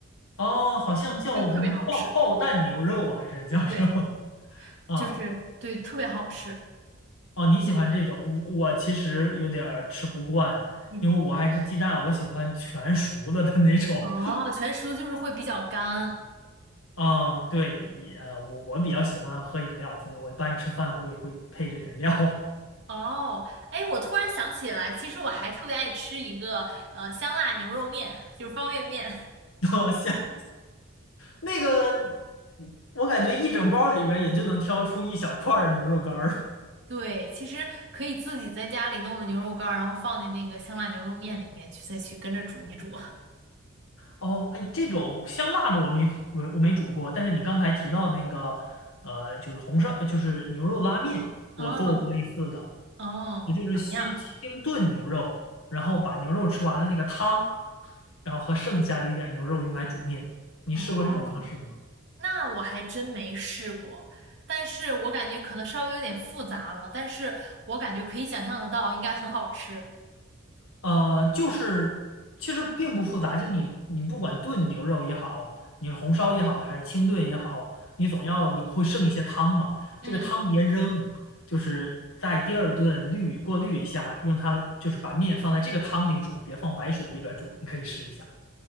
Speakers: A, on the left (about 80°); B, on the right (about 60°).
A: 哦，好像叫什么爆爆蛋牛肉还是叫什么
B: 就特别好吃。对，
A: <laughs> 啊？
B: 就是对，特别好吃。
A: 哦，你喜欢这种，我我其实有点儿吃不惯，
B: 你
A: 因为我还是鸡蛋，我喜欢全熟了的那种。
B: 哦，
A: <laughs>
B: 全熟就是会比较干。
A: 嗯，对，呃，我我比较喜欢喝饮料，所以我一般吃饭会会配着饮料。
B: 哦，哎，我突然想起来，其实我还特别爱吃一个呃香辣牛肉面，就是方便面。
A: <laughs> 我想那个，我感觉一整包里边儿也就能挑出一小块儿牛肉干儿。
B: 对，其实可以自己在家里弄了牛肉干儿，然后放进那个香辣牛肉面里面去，再去跟着煮一煮。
A: 哦，哎，这种香辣的我没做我我没煮过，但是你刚才提到的那个，呃，就是红烧，就是牛肉拉面，
B: <laughs> 嗯，
A: 我做过类似的，
B: 哦，
A: 我就是先清炖牛肉，
B: 怎么样？
A: 然后把牛肉吃完了那个汤，然后和剩下的一点儿牛肉用来煮面。你试过这种方式吗？
B: 哦，那我还真没试过，但是我感觉可能稍微有点复杂了，但是我感觉可以想象得到，应该很好吃。
A: 呃，就是其实并不复杂，就你你不管炖牛肉也好，你是红烧也好，还是清炖也好，你总要你会剩一些汤嘛，
B: 嗯，
A: 这个汤别扔，就是在第二顿滤过滤一下，用它就是把面放在这个汤里煮，别放白水里边煮，你可以试一下。